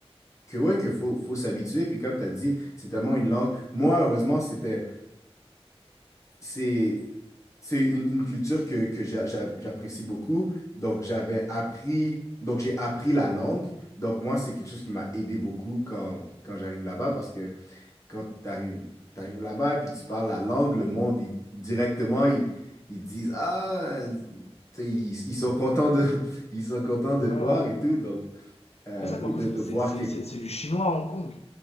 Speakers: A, on the left; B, on the left.
A: que ouais, que faut, faut s'habituer. Puis comme tu as dit, c'est tellement une langue. Moi, heureusement, c'était. c'est c'est une, une culture que, que j'a- j'a- j'apprécie beaucoup. Donc, j'avais appris, donc j'ai appris la langue. Donc, moi, c'est quelque chose qui m'a aidé beaucoup quand, quand j'arrive là-bas parce que quand tu arrives, là-bas et puis tu parles la langue, le monde, il- directement, ils, ils disent, ah, tu sais, ils, ils sont contents de, <laughs> ils sont contents de
B: Ouais,
A: te voir
B: ouais.
A: et tout. Donc, euh,
B: Mais ça, pourquoi
A: de,
B: ça-
A: de
B: c'est
A: voir
B: c'est-
A: que
B: c'est- c'est du chinois à Hong Kong.